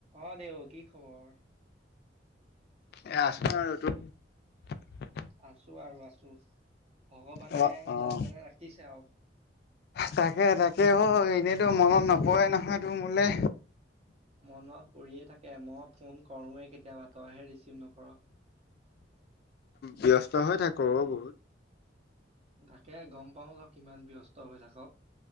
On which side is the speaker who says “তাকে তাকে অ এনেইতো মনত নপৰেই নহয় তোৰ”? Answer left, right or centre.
Left